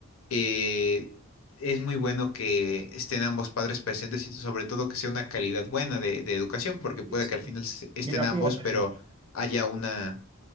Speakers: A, on the left; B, on the right.
A: eh, es muy bueno que estén ambos padres presentes y sobre todo que sea una calidad buena de, de educación, porque puede
B: Sí, sí.
A: que al final se- estén
B: Mira,
A: ambos,
B: fíjate.
A: pero haya una...